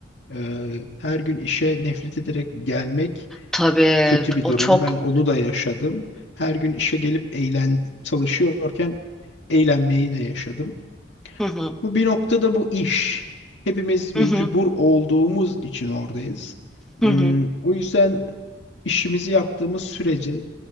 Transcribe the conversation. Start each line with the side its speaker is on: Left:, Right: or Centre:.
Left: Eee, her gün işe nefret ederek gelmek
Centre: tabii.
Left: kötü bir
Centre: O
Left: durum.
Centre: çok.
Left: Ben onu da yaşadım. Her gün işe gelip eğlen çalışıyorken eğlenmeyi de yaşadım.
Centre: Hı hı,
Left: Bu bir noktada bu iş. Hepimiz
Centre: hı
Left: mecbur
Centre: hı,
Left: olduğumuz için oradayız. Hmm,
Centre: hı hı.
Left: o yüzden işimizi yaptığımız sürece